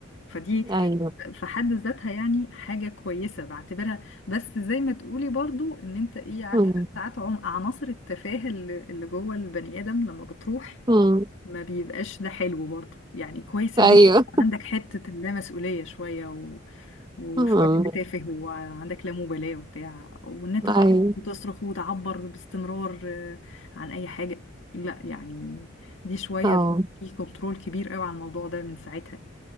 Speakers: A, on the left; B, on the right.
A: فدي
B: ايوه
A: في حد ذاتها يعني حاجة كويسة بعتبرها بس زي ما تقولي برضو ان انت ايه عارفة
B: امم
A: ساعات عم- عناصر التفاهة اللي اللي جوه البني ادم لما بتروح
B: امم
A: ما بيبقاش ده حلو برضو يعني كويس
B: ايوه
A: ان انت يبقى عندك حتة اللامسؤولية شوية و... وشوية
B: امم
A: تبقى تافه وعندك لا مبالاة وبتاع وان انت تعيط
B: ايوه
A: وتصرخ وتعبر باستمرار آه، عن اي حاجة لا يعني دي شوية
B: اه
A: بقى في كنترول كبير قوي على الموضوع ده من ساعتها